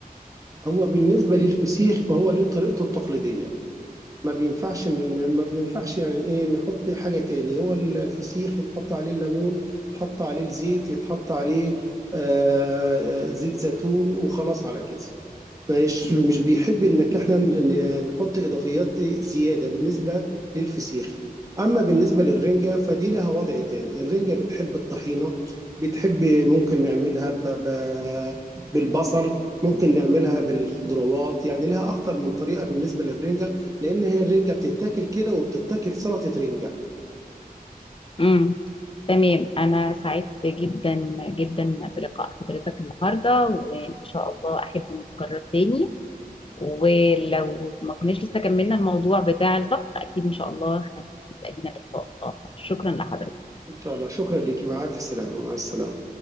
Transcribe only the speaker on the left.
امم تمام انا سعدت جدا جدا بلقاء حضرتك النهارده وان شاء الله احب نتكرر تاني ولو ما كناش لسه كملنا الموضوع بتاع الطبخ اكيد ان شاء الله هيبقى لينا لقاء اخر شكرا لحضرتك